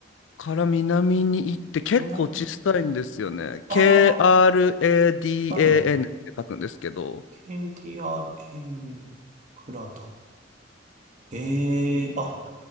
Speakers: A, on the left; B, on the right.
A: から南に行って結構小さいんですよね。
B: 南、あ
A: KRADAN
B: あ、はい。
A: って書くんですけど。
B: KDRA クラド。ええあ、